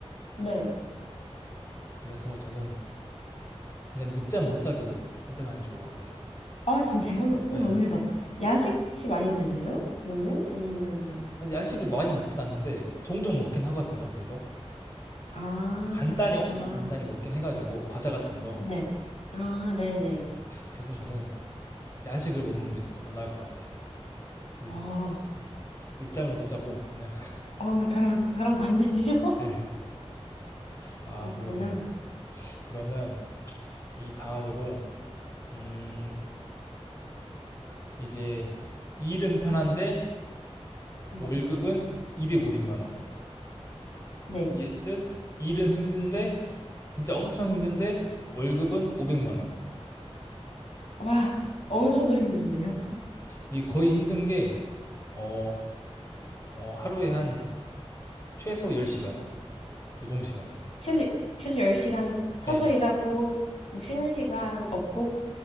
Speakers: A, on the left; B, on the left.
A: 네.
B: 그래서 저는 그냥 늦잠 못 자기로 선택하는 게 좋을 것 같아요.
A: 아, 진짜요? 우와,
B: 예.
A: 의외다. 야식 혹시 많이 드세요? 그러면? 아니면,
B: 야식을 많이 먹진 않는데 종종 먹긴 하거든요. 그래도
A: 아,
B: 간단히 엄청
A: 그렇구나.
B: 간단히 먹긴 해가지고 과자 같은 거.
A: 네. 아, 네네.
B: 그래서 저는 야식을 먹는 게 더 나을 것 같아요. 늦,
A: 어,
B: 늦잠을 못 자고 그냥.
A: 어, 저랑, 저랑 반대네요. <laughs>
B: <laughs> 네. 아
A: 그렇구나.
B: 그러네요. 그러면 이 다음으로 음 이제 일은 편한데
A: 네. 음,
B: 월급은 250만 원.
A: 네.
B: vs 일은 힘든데 진짜 엄청 힘든데 월급은 500만 원.
A: 와, 어느 정도로 힘든데요?
B: 이 거의 힘든 게 어, 어, 하루에 한 최소 10시간 노동 시간. 노동시간.
A: 최소, 최소 10시간 서서
B: 예.
A: 일하고, 뭐 쉬는 시간 없고,